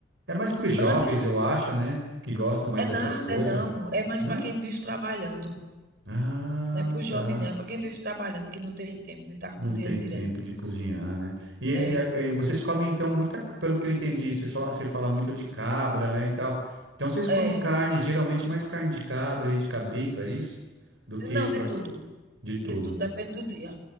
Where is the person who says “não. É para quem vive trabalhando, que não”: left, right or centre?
Right